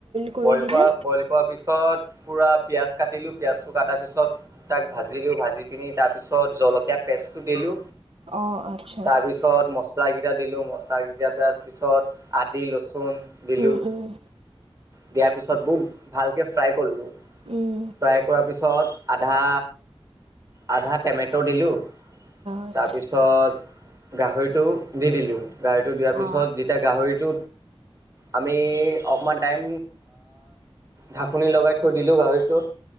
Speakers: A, on the right; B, on the right.
A: কৰি
B: বইল
A: কিনে
B: বল খোৱাৰ পিছত পূৰা পিঁয়াজ কাটিলোঁ পিঁয়াজটো কটাৰ পিছত তাক ভাজিলো ভাজি পিনি তাৰ পিছত জলকীয়া পেষ্টটো দিলো
A: অ আচ্ছা
B: তাৰ পিছত মছলা কেইটা দিলো মছলা কিটাৰ পি পিছত আদি লচুন দিলোঁ
A: উম উম
B: দিয়াৰ পিছত বহু ভালকৈ ফ্ৰাই কৰিলোঁ
A: উম
B: ফ্ৰাই কৰাৰ পিছত আধা আধা টেমেট' দিলোঁ
A: আচ্ছা
B: তাৰপিছত গাহৰিটো দি দিলোঁ গাহৰিটো দিয়াৰ পিছত
A: অ
B: যেতিয়া গাহৰিটো আমি অকণমান টাইম ঢাকনি লগাই থৈ দিলোঁ গাহৰিটোত